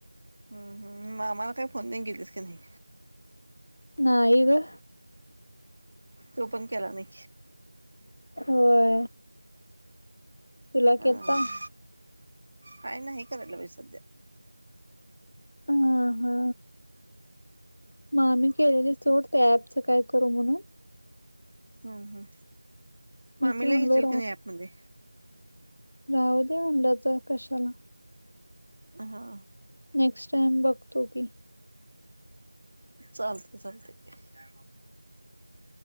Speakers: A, on the right; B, on the left.
A: हम्म हम्म मग आम्हाला काही फोन नाहीन गेलीस का नाही.
B: नाही ग.
A: तो पण केला नाही.
B: होय. तुला
A: हा
B: केलता.
A: काय नाही करायला बाई सध्या.
B: हा हा मामी केलेलो सोड ते ऍपचं काय करू म्हणून,
A: ह ह
B: मीच
A: मामीला
B: म्हणलो
A: घेचील का नाही ऍपमध्ये.
B: राह दे म्हनलं आता कशाला.
A: हा हा
B: नेक्स्ट टाइम बघतो की
A: चालते चालते काय मग